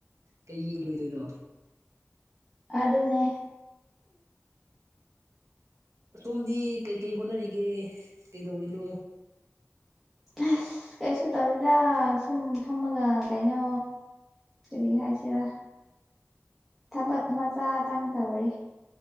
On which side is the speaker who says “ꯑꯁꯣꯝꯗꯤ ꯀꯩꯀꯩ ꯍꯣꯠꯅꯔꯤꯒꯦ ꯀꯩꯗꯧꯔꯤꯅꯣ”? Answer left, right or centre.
Right